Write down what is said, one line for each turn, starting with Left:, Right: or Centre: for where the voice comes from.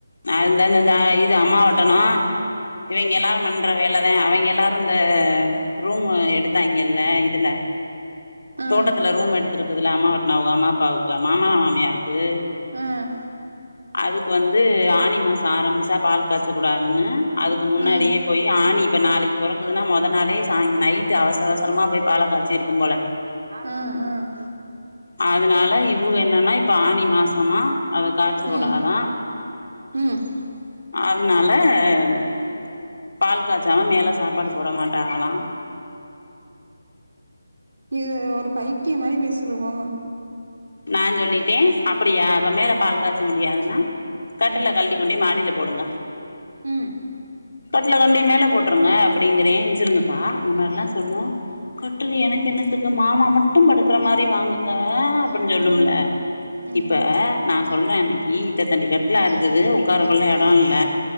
Left: அ இந்தந்த இந்த இது அம்மாவட்டனு இவிங்க எல்லாரு பண்ற வேலதே அவிங்க எல்லாரு இந்த ரூமு எடுத்தாய்ங்கல் ல இதுல
Right: ம்
Left: தோட்டத்துல ரூம் எடுத்துருக்குதுல அம்மாவட்னோ அவுக அம்மா பாவுக்கு அ மாமனா மாமியாருக்கு
Right: ம்
Left: அதுக்கு வந் து ஆணி மாசொ ஆரம்ச்சா பால் காச்சக் கூடாதுன்னு அதுக்கு முன்னாடியே
Right: ம்
Left: போய் ஆணி இப்ப நாளக்கி பொற க்குதுன்னா மொத நாளே சாய்ங் நைட்டு அவசர அவசரமா போய் பால காச்சி இருக்கும் போல
Right: ம்
Left: அதுனால இவுக என்னான்னா இப்ப ஆணி மாசமா அத காச்ச கூடாதா
Right: ம் ம் ம்
Left: அதுனால ம் பால் காச்சாமா மேல சாப்பாடு போட மாட்டாங்களா
Right: இது ஒரு பைத்தியொ மேரி பேசுது போங்க
Left: நாஞ் சொல்லிட்டே அப்படியா அப்ப மேல பால் காச்ச முடியாதுன்னா கட்டில
Right: ம்
Left: கழட்டிக் கொண்டோய் மாடிலப் போடுங்க
Right: ம்
Left: கட்ல கொண்டோய் மேல போட்ருங்க அப்டிங்கிறே இஞ்சருங்கக்கா முன்னாட்லா சொல்லு கட்டுலு எனக்கு என்னத்துக்கு மாமா மட்டு படுக்குற மாரி வாங்குங்க அப்டின் சொல்லும்ல
Right: ம் ம்
Left: இப்ப நா சொல்ற அன்னக்கி இத்த தண்டி கட்லா இருக்குது ஒக்காரக்கொள்ள எடோ இல்ல